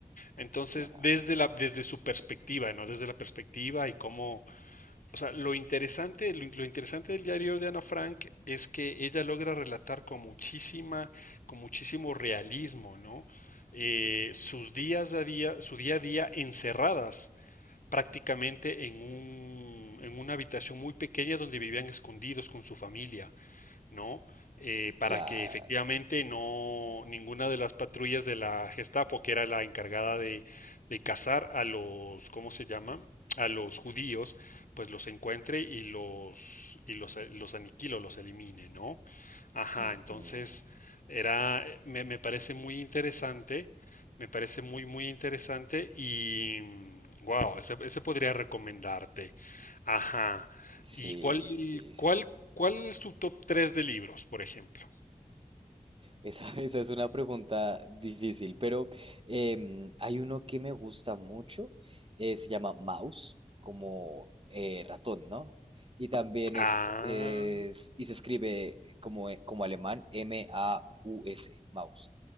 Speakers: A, on the left; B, on the right.
A: Entonces,
B: Claro,
A: desde la, desde su perspectiva, ¿no? Desde la perspectiva y cómo o sea, lo interesante, lo, lo interesante del diario de Ana Frank es que ella logra relatar con muchísima, con muchísimo realismo, ¿no? Eh, sus días a día, su día a día encerradas prácticamente en un, en una habitación muy pequeña donde vivían escondidos con su familia. ¿no? Eh, para
B: claro.
A: que efectivamente no ninguna de las patrullas de la Gestapo, que era la encargada de, de cazar a los, ¿cómo se llama? a los judíos, pues los encuentre y los y los, los aniquilo, los elimine, ¿no? Ajá,
B: Ujú.
A: entonces era me, me parece muy interesante, me parece muy muy interesante y wow, ese, ese podría recomendarte. Ajá.
B: Sí,
A: ¿Y cuál,
B: sí, sí.
A: cuál, cuál es tu top 3 de libros, por ejemplo?
B: Esa, <laughs> esa es una pregunta difícil, pero em, hay uno que me gusta mucho, eh, se llama mouse, como eh, ratón, ¿no? Y también
A: Ah,
B: es, es- y se escribe como, como alemán, M-A-U-S, mouse,